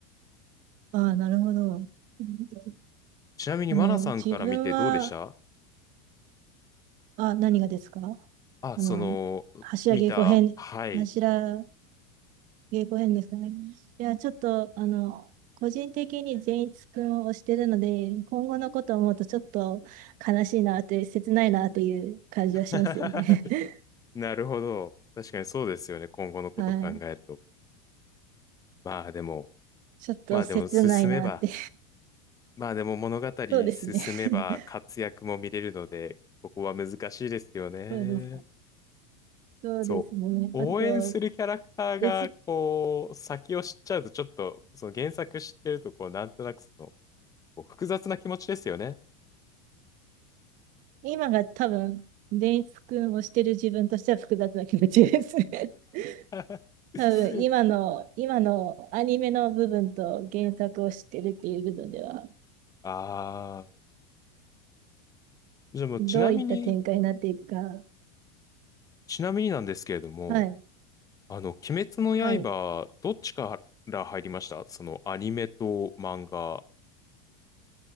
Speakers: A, on the right; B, on the left.
A: ああ、なるほど。<laughs>
B: ちなみにマナさんから見てどうでした
A: あの、自分は、あ、何がですか
B: あ、
A: あの、
B: その、
A: 柱稽古編、
B: 見た、はい。
A: 柱稽古編ですかね。いや、ちょっと、あの、個人的に善逸くんを推してるので、今後のことを思うとちょっと悲しいなって、切ないなっていう感じはしますよね。
B: <laughs>
A: <laughs>
B: なるほど。確かにそうですよね、今後のこと考えると。
A: はい。
B: まあでも、
A: <laughs> ちょっと切ないなって。
B: まあでも進めば、まあでも物語進めば活躍も見れるので、
A: そうですね。<laughs>
B: ここは難しいですよね。
A: そうです。そうですね。
B: そう。応援するキャラクターが、
A: あと、うず、
B: こう、先を知っちゃうと、ちょっと、その原作知ってると、こう、なんとなくその、こう複雑な気持ちですよね。
A: 今が多分、デイツ君をしてる自分としては複雑な気持ちです。<laughs>
B: <laughs>
A: 多分、今の、今のアニメの部分と原作を知ってるっていう部分では、
B: ああ。じゃあもう、
A: どういった展開になっていくか。
B: ちなみに、ちなみになんですけれども、
A: はい。
B: あの、鬼滅の刃、
A: はい。
B: どっちから入りましたその、アニメと漫画。